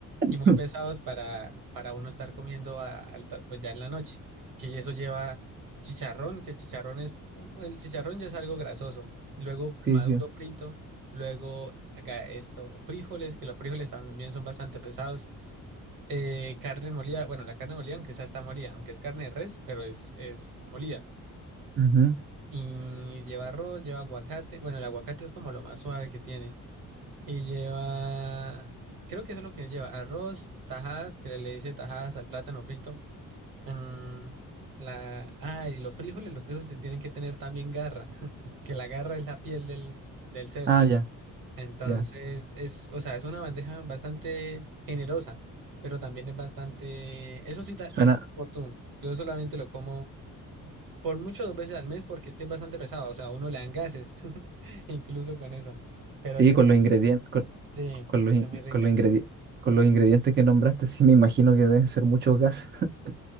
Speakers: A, on the right; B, on the right.
A: <laughs>
B: y muy pesados para, para uno estar comiendo a alta- pues ya en la noche. Que eso lleva chicharrón, que el chicharrón es, el chicharrón ya es algo grasoso. Luego
A: Sí,
B: maduro
A: sí.
B: frito, luego haga esto, frijoles, que los frijoles también son bastante pesados. Eh, carne molida, bueno, la carne molida, aunque esa está molida, aunque es carne de res, pero es, es molida.
A: Ujú.
B: Y lleva arroz, lleva aguacate. Bueno, el aguacate es como lo más suave que tiene. Y lleva, creo que eso es lo que lleva, arroz, tajadas, que le dice tajadas al plátano frito. Mm, la, ah, y los frijoles, los frijoles tienen que tener también garra, <laughs> que la garra es la piel del, del cerdo.
A: Ah, ya,
B: Entonces,
A: ya.
B: es, o sea, es una bandeja bastante generosa, pero también es bastante, eso sí, ta-
A: Suena,
B: eso es como tú. Yo solamente lo como por mucho dos veces al mes porque es que es bastante pesado, o sea, a uno le dan gases, <laughs> incluso con eso. Pero
A: Sí,
B: es que
A: con
B: es muy
A: los
B: rica.
A: ingredientes, con,
B: Sí,
A: con los, in-
B: es muy rica,
A: con los
B: es
A: ingredientes,
B: muy rica.
A: con los ingredientes que nombraste, sí me imagino que deben ser muchos gases. <laughs>